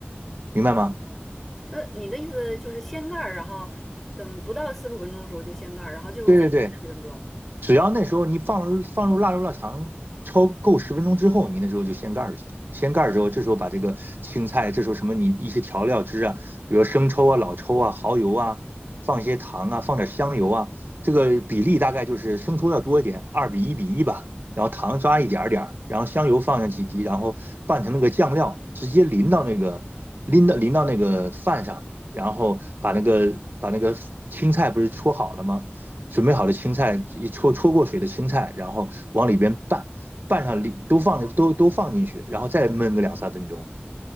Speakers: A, on the right (about 55°); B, in the centre.
A: 明白吗？
B: 哦，那你的意思就是掀盖儿，然后等不到四十五分钟的时候就掀盖儿，然后就是再焖十分钟。
A: 对对对。只要那时候你放放入腊肉腊肠焯够十分钟之后，你那时候就掀盖儿就行了。掀盖儿之后，这时候把这个青菜，这时候什么你一些调料汁啊，比如生抽啊、老抽啊、蚝油啊，放一些糖啊，放点香油啊，这个比例大概就是生抽要多一点，二比一比一吧，然后糖抓一点点儿，然后香油放上几滴，然后拌成那个酱料，直接淋到那个淋到淋到那个饭上，然后把那个把那个青菜不是戳好了吗？准备好的青菜，一焯焯过水的青菜，然后往里边拌，拌上里都放都都放进去，然后再焖个两三分钟。